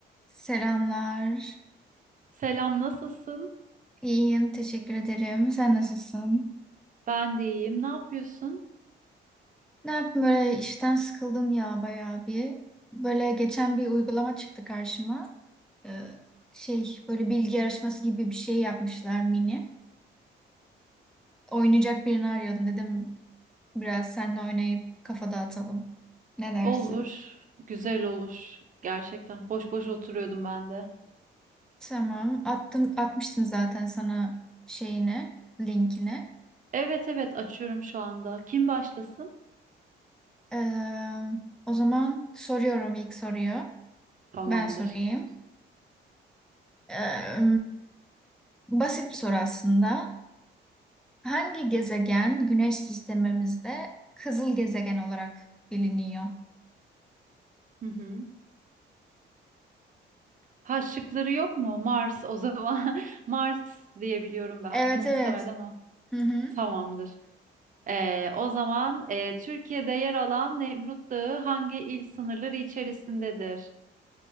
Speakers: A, in the centre; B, on the right.
A: Selamlar.
B: Selam, nasılsın?
A: İyiyim, teşekkür ederim. Sen nasılsın?
B: Ben de iyiyim. Ne yapıyorsun?
A: Ne yapayım böyle işten sıkıldım ya bayağı bir. Böyle geçen bir uygulama çıktı karşıma. Ee, şey böyle bilgi yarışması gibi bir şey yapmışlar mini. Oynayacak birini arıyordum dedim biraz seninle oynayıp kafa dağıtalım. Ne dersin?
B: Olur, güzel olur. Gerçekten. Boş boş oturuyordum ben de.
A: Tamam. Attım, atmıştım zaten sana şeyine, linkini.
B: Evet evet açıyorum şu anda. Kim başlasın?
A: Ee, o zaman soruyorum ilk soruyu.
B: Tamamdır.
A: Ben sorayım. Ee, basit bir soru aslında. Hangi gezegen Güneş sistemimizde kızıl gezegen olarak biliniyor?
B: Hı hı. Ha şıkları yok mu? Mars o zaman. <laughs> Mars diyebiliyorum ben.
A: Evet
B: Muhtemelen
A: evet.
B: o.
A: Hı hı.
B: Tamamdır. Ee, o zaman e, Türkiye'de yer alan Nemrut Dağı hangi il sınırları içerisindedir?